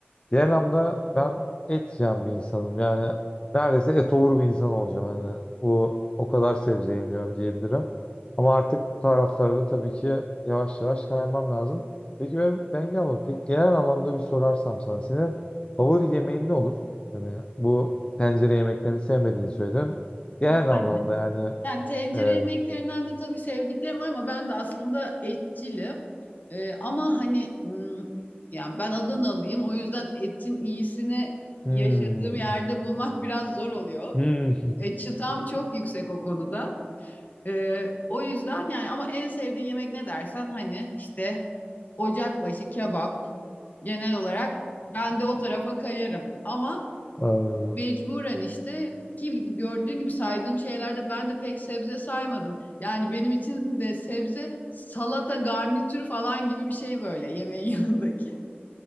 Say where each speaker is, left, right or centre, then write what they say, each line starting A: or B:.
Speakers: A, on the left; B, on the left.
A: diğer anlamda ben et yiyen bir insanım. Yani neredeyse etovur bir insan olacağım. Hani bu o kadar sebze yemiyorum diyebilirim. Ama artık bu taraflara da tabii ki yavaş yavaş kaymam lazım. Peki ben Bengi abla, peki genel anlamda bir sorarsam sana senin favori yemeğin ne olur? Yani bu tencere yemeklerini sevmediğini söyledin. Genel
B: Yani,
A: anlamda yani
B: yani tencere
A: e,
B: yemeklerinden de tabii sevdiklerim var ama ben de aslında etçilim. Ee, ama hani hmm, yani ben Adanalıyım o yüzden etin iyisini
A: hmm,
B: yaşadığım yerde bulmak biraz zor oluyor.
A: hmm,
B: E, çıtam çok yüksek o konuda. Ee, o yüzden yani ama en sevdiğin yemek ne dersen hani işte ocakbaşı kebap genel olarak ben de o tarafa kayarım. Ama
A: <laughs> anladım.
B: mecburen işte ki gördüğün gibi saydığım şeylerde ben de pek sebze saymadım. Yani benim için de sebze salata garnitür falan gibi bir şey böyle yemeğin <laughs> yanındaki.